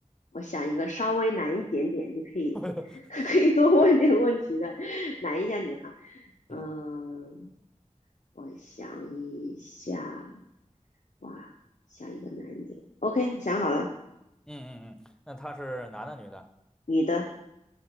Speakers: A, on the left; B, in the centre.
A: 我想一个稍微难一点点，你可以
B: <laughs>
A: <laughs> 可以多问点问题的，难一下你哈。嗯，
B: 嗯
A: 我想一下，哇，想一个难一点。OK，想好了，
B: 嗯嗯嗯，那他是男的女的？
A: 女的，